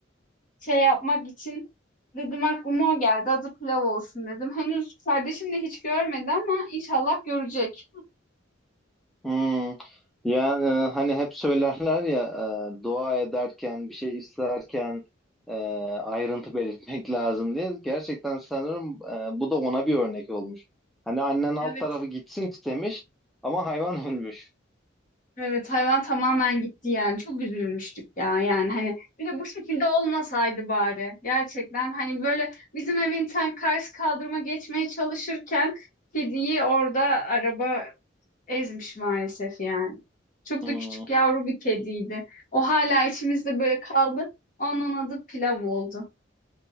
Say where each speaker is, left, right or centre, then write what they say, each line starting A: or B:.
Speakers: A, on the left; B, in the centre.
A: şey yapmak için dedim aklıma o geldi. Adı Pilav olsun dedim. Henüz kardeşim de hiç görmedi ama inşallah görecek.
B: Hmm. Ya e, hani hep söylerler ya e, dua ederken bir şey isterken e, ayrıntı belirtmek lazım diye. Gerçekten sanırım e, bu da ona bir örnek olmuş. Hani annen alt
A: Evet
B: tarafı gitsin istemiş ama hayvan ölmüş.
A: Evet hayvan tamamen gitti yani çok üzülmüştük ya yani hani bir de bu şekilde olmasaydı bari gerçekten hani böyle bizim evin tam karşı kaldırıma geçmeye çalışırken kediyi orada araba ezmiş maalesef yani. Çok
B: Hmm.
A: da küçük yavru bir kediydi. O hala içimizde böyle kaldı. Onun adı Pilav oldu.